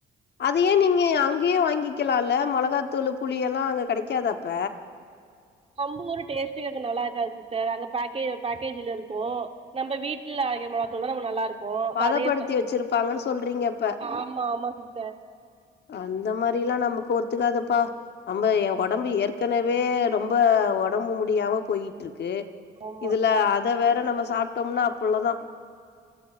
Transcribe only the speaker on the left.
அது ஏ நீங்க அங்கே வாங்கிக்கலால மொளகாத்தூளு புளியெல்லா அங்க கெடைக்காதா அப்ப
பதப்படுத்தி
வச்சிருப்பாங்கன்னு சொல்றீங்க அப்ப
அந்த மாரிலா நமக்கு ஒத்துக்காதுப்பா நம்ம எ ஒடம்பு ஏற்கனவே ரொம்ப ஒடம்பு முடியாம போயிட்ருக்கு
இதுல அத வேற நம்ம சாப்ட்டம்னா அவ்வளதா